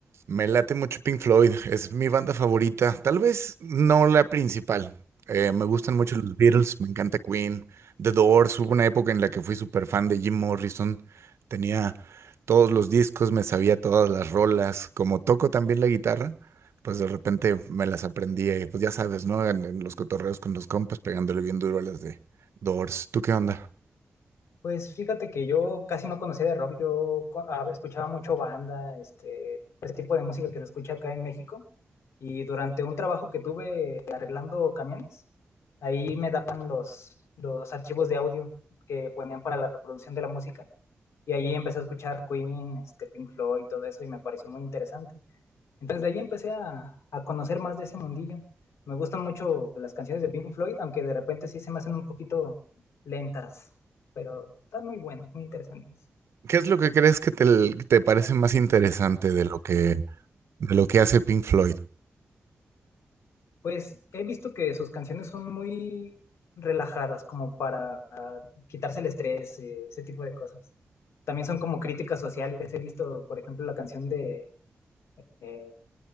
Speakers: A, on the right; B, on the left.
A: Me late mucho Pink Floyd, es mi banda favorita, tal vez no la principal. Eh, me gustan mucho los Beatles, me encanta Queen, The Doors, hubo una época en la que fui súper fan de Jim Morrison, tenía todos los discos, me sabía todas las rolas, como toco también la guitarra, pues de repente me las aprendí, eh, pues ya sabes, ¿no? En, en los cotorreos con los compas, pegándole bien duro a las de Doors. ¿Tú qué onda?
B: Pues fíjate que yo casi no conocía de rock, yo co- ah, escuchaba mucho banda, este, este tipo de música que se escucha acá en México. Y durante un trabajo que tuve arreglando camiones, ahí me daban los, los archivos de audio que ponían para la reproducción de la música. Y ahí empecé a escuchar Queen, este, Pink Floyd y todo eso, y me pareció muy interesante. Entonces de ahí empecé a, a conocer más de ese mundillo. Me gustan mucho las canciones de Pink Floyd, aunque de repente sí se me hacen un poquito lentas, pero están muy buenas, muy interesantes.
A: ¿Qué es lo que crees que te, te parece más interesante de lo que de lo que hace Pink Floyd.
B: Pues he visto que sus canciones son muy relajadas, como para ah, quitarse el estrés, eh, ese tipo de cosas. También son como críticas sociales. He visto, por ejemplo, la canción de eh,